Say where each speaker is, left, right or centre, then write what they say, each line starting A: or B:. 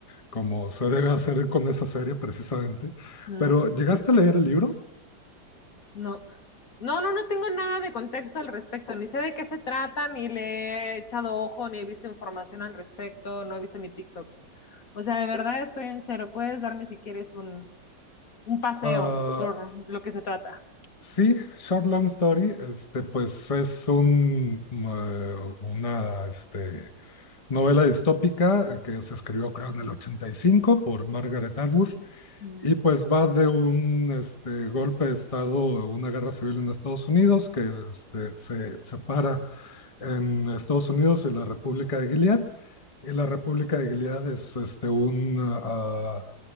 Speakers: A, on the left; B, on the left.
A: como se debe hacer con esa serie precisamente.
B: Mm,
A: Pero, ¿llegaste a leer el libro?
B: no. No, no, no tengo nada de contexto al respecto, ni sé de qué se trata, ni le he echado ojo, ni he visto información al respecto, no he visto ni TikToks. O sea, de verdad estoy en cero. Puedes darme si quieres un Un paseo
A: Ah,
B: por lo que se trata.
A: sí, Short Long Story, este, pues es un, eh, una, este, novela distópica eh, que se escribió, creo, en el 85 por Margaret Atwood.
B: Mm,
A: Y pues va de un este, golpe de Estado, una guerra civil en Estados Unidos, que este, se separa en Estados Unidos y la República de Gilead. Y la República de Gilead es este, un ah,